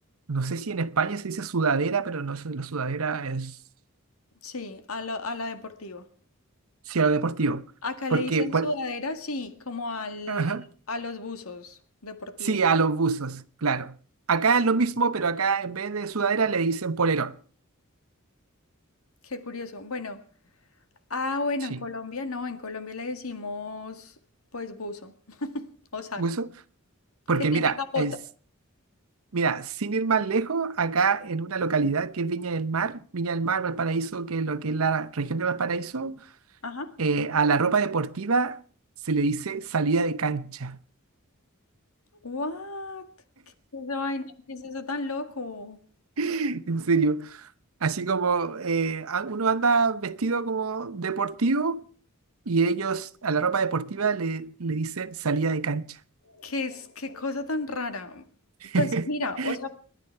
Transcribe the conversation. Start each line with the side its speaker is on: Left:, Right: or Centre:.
Right: no sé si en España se dice sudadera, pero no sé, la sudadera es,
Left: Sí, a la, a la deportiva.
Right: sí, a lo deportivo.
Left: Acá
Right: Porque,
Left: le dicen
Right: por-
Left: sudadera, sí, como al,
Right: ajá,
Left: a los buzos deportivos.
Right: sí, a los buzos, claro. Acá es lo mismo, pero acá en vez de sudadera le dicen polerón.
Left: Qué curioso. Bueno, Ah, bueno,
Right: Sí,
Left: en Colombia no, en Colombia le decimos pues buzo o saco,
Right: buzo. Porque
Left: que tiene
Right: mira,
Left: capota.
Right: es Mira, sin ir más lejos, acá en una localidad que es Viña del Mar, Viña del Mar, Valparaíso, que es lo que es la región de Valparaíso,
Left: Ajá.
Right: eh, a la ropa deportiva se le dice salida de cancha,
Left: What? ¿Qué es esa vaina? ¿Qué es eso tan loco?
Right: <laughs> en serio. Así como eh, a- uno anda vestido como deportivo y ellos a la ropa deportiva le, le dicen salida de cancha.
Left: ¿Qué es, qué cosa tan rara?
Right: <laughs>
Left: Pues mira, o sea,